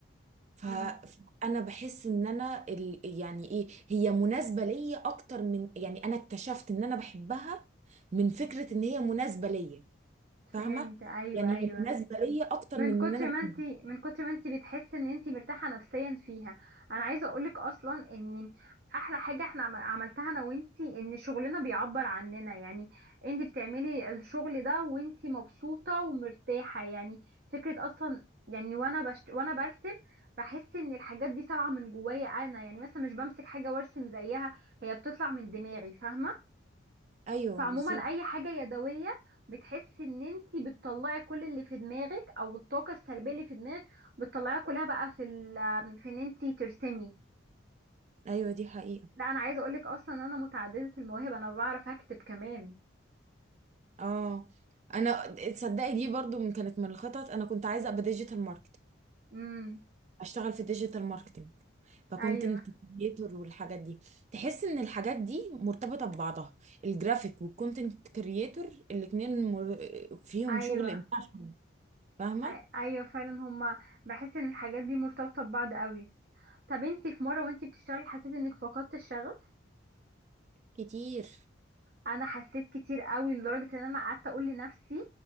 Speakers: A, on the right (about 35°); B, on the right (about 50°).
A: ف-
B: امم
A: فانا بحس ان انا ال... يعني ايه هي مناسبه ليا اكتر من يعني انا اكتشفت ان انا بحبها من فكره ان هي مناسبه ليا فاهمه
B: فهمت ايوه
A: يعني
B: ايوه
A: هي مناسبه ليا اكتر
B: من
A: من
B: كتر
A: ان انا
B: ما
A: بحبها
B: انت من كتر ما انت بتحسي ان انت مرتاحه نفسيا فيها انا عايزه اقولك اصلا ان احلى حاجه احنا عم- عملتها انا وانتي ان شغلنا بيعبر عننا يعني انت بتعملي الشغل ده وانت مبسوطه ومرتاحه يعني فكره اصلا يعني وانا بشت... وانا برسم بحس ان الحاجات دي طالعه من جوايا انا يعني مثلا مش بمسك حاجه وارسم زيها هي بتطلع من دماغي فاهمه
A: ايوه
B: فعموما
A: بالظبط
B: اي حاجة يدوية بتحسي ان انتي بتطلعي كل اللي في دماغك او الطاقة السلبية اللي في دماغك بتطلعيها كلها بقى في ال في ان انتي ترسمي
A: ايوه دي حقيقه
B: لا انا عايزة اقولك اصلا ان انا متعددة المواهب انا بعرف اكتب كمان
A: اه انا تصدقي دي برضو من كانت من الخطط انا كنت عايزه ابقى ديجيتال ماركت
B: امم
A: اشتغل في الديجيتال ماركتينج فكونتنت
B: ايوه
A: كريتور والحاجات دي تحس ان الحاجات دي مرتبطه ببعضها الجرافيك والكونتنت كريتور الاثنين مر... فيهم
B: ايوه
A: شغل ابداع شوية. فاهمه
B: أي- ايوه فعلا هما بحس ان الحاجات دي مرتبطة ببعض قوي طب انتي في مرة وانتي بتشتغلي حسيتي انك فقدت الشغف
A: كتير
B: انا حسيت كتير قوي لدرجه ان انا قعدت اقول لنفسي